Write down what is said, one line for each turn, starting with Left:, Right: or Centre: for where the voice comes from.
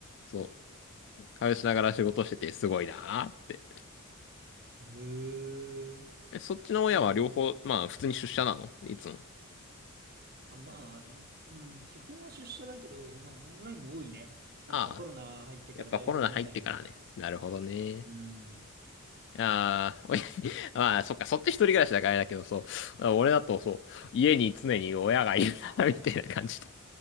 Left: そう、会話しながら仕事してて、すごいなぁって。
Right: る。へえ。
Left: え、そっちの親は両方、
Right: なんかもう、
Left: まあ、普通に出社なのいつも。
Right: あ、まあ、もううん、基本は出社だけど、まあ、オンラインも多いね。なんかコロナ入ってからだいぶオンライン増えたな。
Left: ああ、やっぱコロナ入ってからね。なるほどね
Right: うん。
Left: ああ、親に、<laughs> まあ、そっか、そっち一人暮らしだからあれだけど、そう。<laughs> 俺だと、そう、家に常に親がいるな、<laughs> みたいな感じで。